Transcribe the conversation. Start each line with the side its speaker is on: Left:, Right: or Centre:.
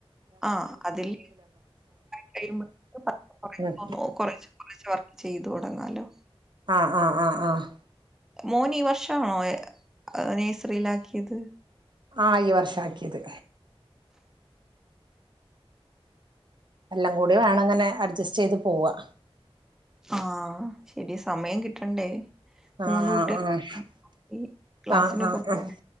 Centre: ആ അതില് കഴിയുമ്പതോനും
Right: ഉം
Centre: കൊറച്ച് കൊറച്ചൊക്കെ ചെയ്തു തൊടങ്ങാലോ
Right: ആഹ് ആഹ് ആഹ് ആഹ്
Centre: മോനീ ഈ വർഷാണോ നേഴ്സറിയിലാക്കിയത്
Right: ആഹ് ഈ വർഷാ ആക്കിയത് എല്ലാം കൂടെ വേണിങ്ങനെ അഡ്ജസ്റ്റ് ചെയ്ത് പോവാ
Centre: ആ ശെരിയ സമയം കിട്ടണ്ടേ മൂന്ന്
Right: ആഹ്
Centre: കുട്ടികൾ
Right: ആഹ് ആഹ്
Centre: ക്ളാസിനൊക്കെ
Right: ആഹ് ആഹ്
Centre: പോണ്ടേ
Right: ആഹ്